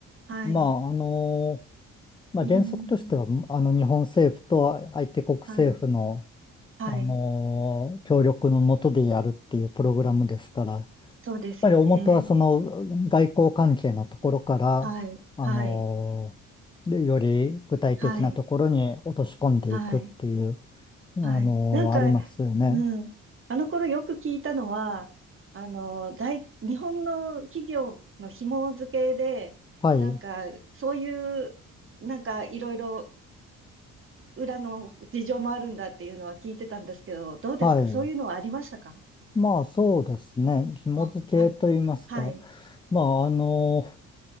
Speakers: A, on the right (about 45°); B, on the left (about 15°).
A: はい。
B: まあ、あのまあ、
A: うん。
B: 原則としては、あの、日本政府と相手国政府の、
A: はい。はい。
B: あのー協力のもとでやるっていうプログラムですから、やっ
A: そうですよね。
B: ぱり大元はその外交関係のところから、
A: はい。
B: あの
A: はい。
B: ーでより具体的なところに落とし込んでいくっていう、
A: はい。はい。
B: あのーありますよね。
A: はい。なんか、うん。あの頃よく聞いたのは、あの、大、日本の企業の紐付けで、
B: はい。
A: なんか、そういう、なんか、いろいろ裏の事情もあるんだっていうのは聞いてたんですけど、どうですかそういうのはありましたか
B: はい。まあ、そうですね。紐付けといいますか。
A: あ、あ、はい、
B: まあ、あの